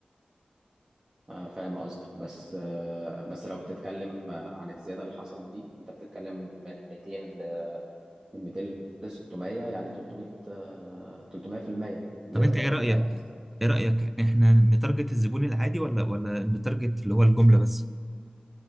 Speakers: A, on the right; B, in the centre.
A: آه، فاهم قصدك بس آه، بس لو بتتكلم آه، عن الزيادة اللي حصلت دي أنت بتتكلم من 200 ل من 200 ل 600 يعني 300 آه، 300% زيادة
B: طب انت
A: ثلاث
B: ايه رايك
A: أضعاف
B: ايه رايك احنا نتارجت الزبون العادي ولا ولا نتارجت اللي هو الجمله بس